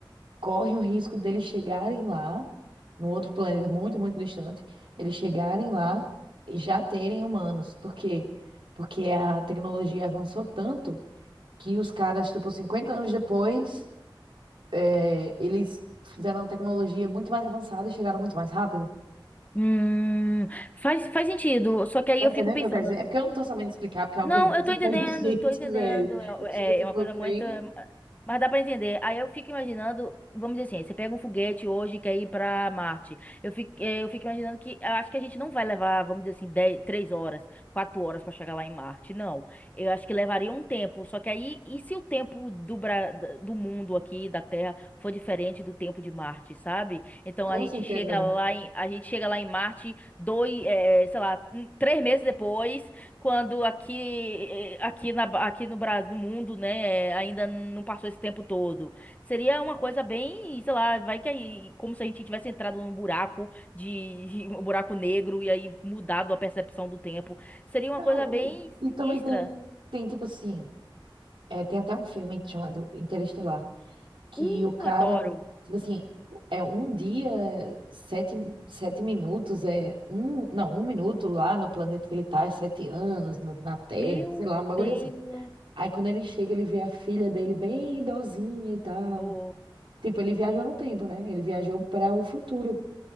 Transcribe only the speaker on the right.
corre o risco deles chegarem lá, num outro planeta muito, muito distante, eles chegarem lá e já terem humanos. Por quê? Porque a tecnologia avançou tanto que os caras, tipo, 50 anos depois, é, eles fizeram uma tecnologia muito mais avançada e chegaram muito mais rápido.
Tá
entendendo
o que eu quero dizer? É porque eu não tô sabendo explicar, porque é
uma coisa muito
<laughs> inteligente,
velho. Eu
fico, tipo,
bem.
Com
certeza.
Não,
e,
e também tem, tem tipo assim, é, tem até um filme chamado Interestelar, que
o cara,
tipo assim, é um dia, sete, sete minutos, é um, não, um minuto lá no planeta que ele tá, é sete anos no- na Terra,
sei lá, um bagulho
assim. Aí quando ele chega, ele vê a filha dele bem idosinha e tal.
Tipo, ele viajou no tempo, né? Ele viajou para o futuro.